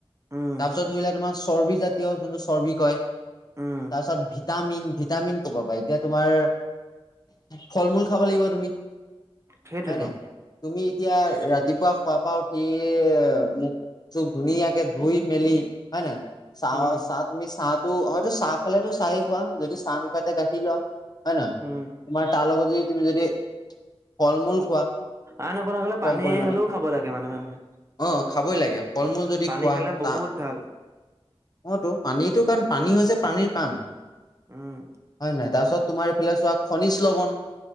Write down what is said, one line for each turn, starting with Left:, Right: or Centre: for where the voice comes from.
Right: উম
Left: তাৰপিছত ধৰিলা তোমাৰ চৰ্বি জা যোনটো চৰ্বি হয়
Right: উম
Left: তাৰপিছত ভিটামিন ভিটামিন ক'ব পাৰ এতিয়া তোমাৰ ফল মূল খাব লাগিব তুমি
Right: সেইটোতো
Left: হয় ন তুমি এতিয়া ৰাতিপুৱা খোৱাৰ পা উঠি মোক খুব ধুনীয়া কে ধুই মেলি হয় ন চাহ
Right: উম
Left: চাহ তুমি চাহো হয়তো চাহ খালেতো চাহেই খোৱা যদি চাহ নোখোৱাাই এতিয়া গাখীৰ লোৱা হয় ন
Right: উম
Left: তোমাৰ তাৰ লগত যদি তুমি যদি ফল মূল খোৱা
Right: আনেক ন কলে
Left: কম
Right: পানী
Left: পৰিমাণে
Right: হ'লেও খাব লাগে মানুহে মানুহে
Left: অ খাবই লাগে ফল মূল যদি
Right: পানী
Left: খোৱা
Right: খালে
Left: ত
Right: বহুত ভাল
Left: অতো পানীটো কাৰণ পানী হৈছে পানীৰ পাণ হয়ে
Right: উম
Left: নয় তাৰপিছত তোমাৰ ইফালে চোৱা খনিজ লবন